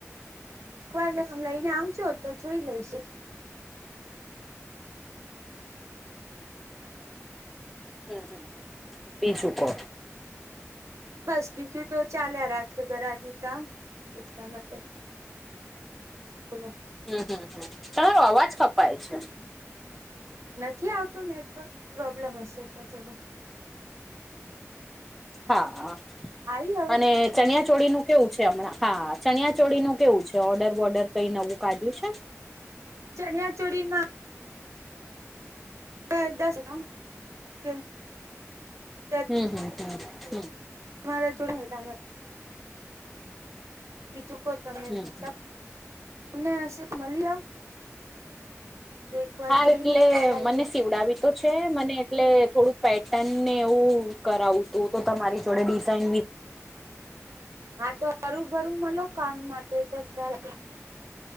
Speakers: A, on the right; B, in the centre.
A: એક વાર લઈને આવજો તો જોઈ લઈશું
B: હમ હમ બીજું કો??
A: બસ બીજું તો ચાલ્યા રાખે ઘરની કામ બચલા માટે બોલો?
B: હમ હમ તમારો અવાજ કપાય છે.?
A: નથી આવતો નેટવર્ક? પ્રોબ્લેમ હશે તો થોડો
B: હા હા
A: આવી હવે
B: અને ચણિયા ચોળી નું કેવું છે હમણાં? હા ચણિયા ચોળી નું કેવું છે, ઓર્ડર બોર્ડર કઈ નવું કાઢ્યું છે.?
A: ચણિયા ચોડી માં <inaudible>
B: હમ હમ હમ હમ
A: મારા જોડેને એટલા માટે બીજૂ કો તમે
B: હમ
A: તમને હ મળી?? તો એક વાર
B: હા
A: જઈને
B: એટલે
A: ખ્યાલ આવી
B: મને
A: જાય
B: સીવડાવી તો છે મને એટલે થોડું પેટર્ન ને એવું કરાવુંતું તો તમારી જોડે ડિઝાઇનબી,
A: હા તો હરુ ભરું મલો કામ માટે તો ખ્યાલ